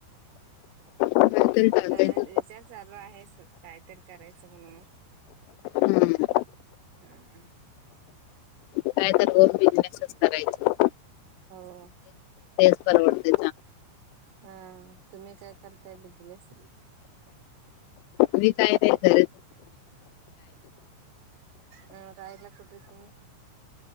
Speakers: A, on the left; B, on the right.
A: काहीतरी टाकायचं
B: कराय विचार चालू आहे. कायतरी करायचं म्हणून
A: हम्म
B: हम्म.
A: काय तर होम बिजनेसच करायचा.
B: हो.
A: तेच परावडते.
B: हा, तुम्ही काय करताय बिजनेस?
A: मी काय नाही क.
B: हा राहायला कुठे आहे तुम्ही.